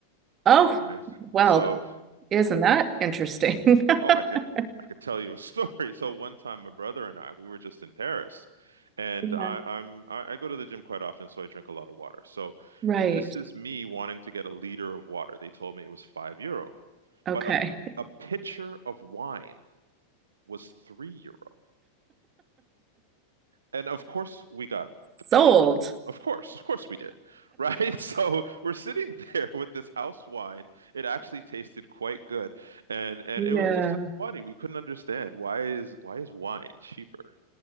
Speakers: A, on the right; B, on the right.
A: Oh,
B: Right.
A: well,
B: So,
A: isn't that interesting?
B: oh, I could
A: <laughs>
B: I could tell you a story. <laughs> So one time, my brother and I, we were just in Paris, and
A: Yeah.
B: I, I'm I, I go to the gym quite often, so I drink a lot of water. So
A: Right.
B: this is me wanting to get a liter of water. They told me it was five euro,
A: Okay.
B: but a a pitcher of wine was three euro. and of course we got
A: Sold.
B: the picture. Of course, of course we did, right? <laughs> So we're sitting there <laughs> with this house wine. It actually tasted quite good, and and
A: Yeah.
B: it was just funny. We couldn't understand why is why is wine cheaper